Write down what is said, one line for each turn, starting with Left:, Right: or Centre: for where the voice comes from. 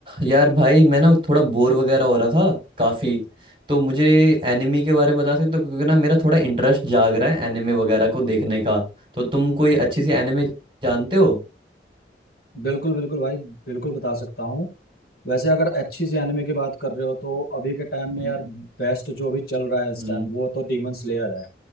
Right: यार भाई मैं ना थोड़ा बोर वगैरह हो रहा था काफी तो मुझे एनिमे के बारे में बता सकते हो क्योंकि ना मेरा थोड़ा इंटरेस्ट जाग रहा है एनिमे वगैरह को देखने का तो तुम कोई अच्छी सी एनिमे जानते हो
Left: बिल्कुल बिल्कुल भाई बिल्कुल बता सकता हूँ वैसे अगर अच्छी सी एनिमे की बात कर रहे हो तो अभी के टाइम में
Right: हम्म
Left: यार बेस्ट जो अभी चल रहा है इस
Right: हम्म
Left: टाइम वो तो डीमन स्लेयर है